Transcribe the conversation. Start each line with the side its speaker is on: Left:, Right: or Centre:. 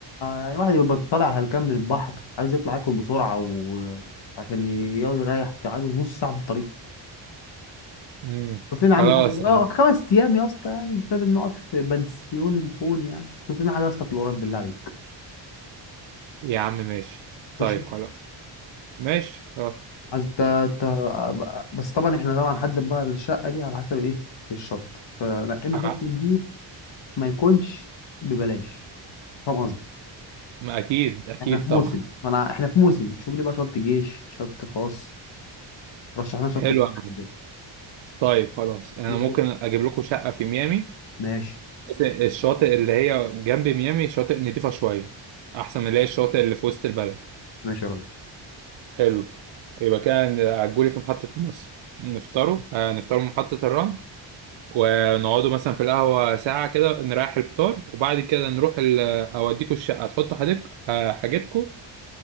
Left: يعني واحد يبقى طالع هلكان من البحر عايز يطلع ياكل بسرعة وعشان يريح عايز نص ساعة في الطريق
Right: مم.
Left: شوف لنا يا
Right: خلاص
Left: عم حاجة
Right: يا
Left: اه
Right: عم
Left: خمس ايام يا اسطى يعني مش لازم نقعد في بنسيون الفون يعني شوف لنا حاجة يا اسطى في القريب بالله عليك
Right: يا عم ماشي طيب
Left: ماشي
Right: خلاص ماشي خلاص
Left: عايز ت... ت... بس طبعا احنا طبعا هنحدد بقى الشقة دي على حسب ايه الشط فنقلنا
Right: خلاص.
Left: شط نضيف ما يكونش ببلاش فاهم قصدي
Right: ما اكيد اكيد
Left: احنا في
Right: طبعا
Left: موسم ما انا احنا في موسم شوف لي بقى شط جيش شط خاص رشح لنا شط
Right: حلو يا عم.
Left: الجيش
Right: طيب خلاص انا
Left: كده
Right: ممكن اجيب لكم شقه في ميامي
Left: ماشي
Right: بس الشاطئ اللي هي جنب ميامي شاطئ نضيفه شويه احسن من اللي هي الشاطئ اللي في وسط البلد
Left: ماشي يا ريس
Right: حلو يبقى كان عجولي في محطه مصر نفطروا آه نفطروا من محطه الرمل ونقعدوا مثلا في القهوه ساعه كده نريح الفطار وبعد كده نروح ال- اوديكوا الشقه تحطوا حاجتك آه حاجتكم